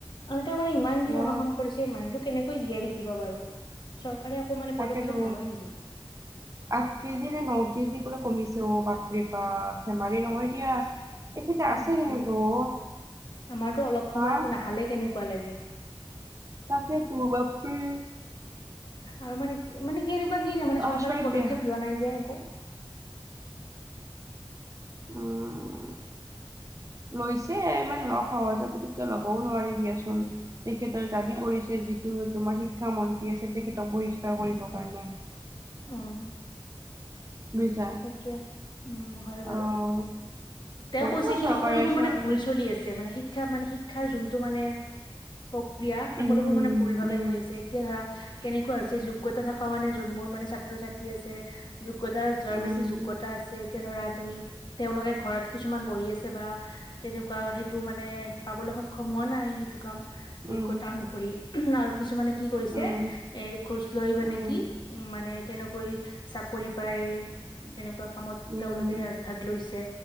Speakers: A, on the left (about 55°); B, on the right (about 35°).
A: আৰু তেওঁ মানে ইমান দিন
B: অ
A: অনশৰন কৰিছে মানুহটো কেনেকৈ জীয়াই থাকিব বাৰু? চৰকাৰে আকৌ মানে,
B: তাকেতো
A: পদক্ষেপ নলয় নেকি?
B: আঠ কেজি নে, ন কেজি বোলে, কমিছে। অ'! বাপৰে বাপ! ধেমালি নহয় দিয়া। তেখেতে
A: উম,
B: আছে কেনেকে অ
A: আমাৰতো অলপ সময়
B: হা
A: একো, নাখালে কেনেকুৱা লাগে!
B: তকেটো, বাপৰে!
A: আৰু মানে কি, মানে কি, এনেকুৱা কি, নাই মানে, চৰকাৰে
B: আচৰিত
A: পদক্ষেপ
B: দিয়া
A: লোৱা নাই যে একো। <inaudible>
B: উম লৈছে, ইমান সহজে, পুতুককে ল'বও নোৱাৰি দিয়াচোন। তেখেতৰ দাবী কৰিছে যিটো, তোমাৰ শিক্ষা মন্ত্ৰী আছে, তেখেতক বহিষ্কাৰ কৰিবৰ কাৰণে।
A: উম,
B: বুজিছা
A: সেইটোৱে! উম, হয় বাৰু।
B: অহ
A: তেওঁ
B: কৰিব
A: কৈছে কি!
B: চৰকাৰে
A: সকলোবোৰ
B: চৰ
A: মানে ভুল চলি আছে। মানে, শি শিক্ষা মানে, শিক্ষাৰ যোনটো মানে, প্ৰক্ৰিয়া। সকলোবোৰ
B: উম
A: মানে, ভুল ভাবে
B: উম
A: গৈ আছে, এতিয়া ধৰা। কেনেকুৱা হৈছে? যোগ্যতা থকা মানে, যোন বোৰ মানে, ছাত্ৰ-ছাত্ৰী আছে, যোগ্যতা যোৱাৰ
B: উম
A: পিছ <unintelligible> যোগ্যতা আছে। এতিয়া ধৰা তুমি, তেওঁলোকে ঘৰত কিছুমান বহি আছে বা তেনেকুৱা, সেইটো মানে, পাবলৈ সক্ষম হোৱা নাই, সেইটো কাম, যোগ্যতা
B: উম উম
A: অনুসৰি। ওহোঁ আৰু কিছুমানে কি কৰিছে,
B: উম
A: এ, ঘোচ লৈ মানে
B: উম
A: কি! উম, মানে, তেনেকৈ চাকৰি পাই। তেনেকুৱা কামত,
B: উম
A: তেওঁলোকে আগভাগ লৈছে।